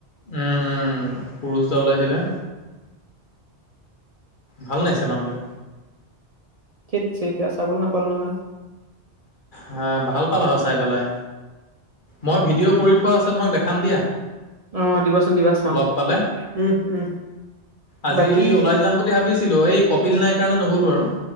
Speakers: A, on the left (about 45°); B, on the right (about 35°).
A: উম, উম, সূৰুয যে ওলাইছিলে। ভাল নাছিছে মানুহটোৱে।
B: ঠিক চ এতিয়া চাবল নাপালো নহয়।
A: হ ভাল পালা আহ চাই পেলাই। মই ভিডিঅ' কৰি থোৱা আছে তোমাক দেখাম দিয়া।
B: অ দিবাচোন দিবা চাম
A: লগ পালে
B: উম উম
A: আজি
B: বাকী
A: ওলাই যাম বুলি ভাবিছো। ছিলো এই কপিল নাই কাৰণে নগ'লো আৰু।